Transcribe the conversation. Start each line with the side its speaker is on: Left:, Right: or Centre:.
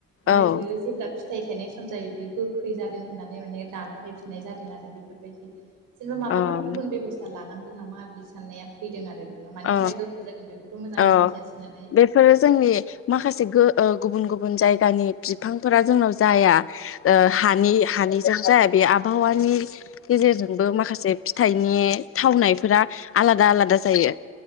Right: माने
Left: औ
Right: बेयो जेब्ला। फिथाइ थनाय सम जायो बेयो गोख। खै जादों होननानै माने दानफाय फिननाय जादों आरो बेफोरबायदि। जेनेबा माबाफोर
Left: ओम
Right: गुबुन बेबस्था लानां। गौ नामा बिदि साननाया। फैदों आरो मानि
Left: औ
Right: थाखाय गोखै जादों बेखौथ मोजाङै
Left: औ
Right: मिथियाासै नालाय।
Left: बेफोरो जोंनि माखासे गो ओ गुबुन गुबुन जायगानि बिफांफोरा जोंनाव जाया। ओ
Right: औ
Left: हानि हानि जरजा। बे आबहावानि। गेजेरजोंबो माखासे फिथाइनि थावनाय। फोरा आलादा आलादा। जायो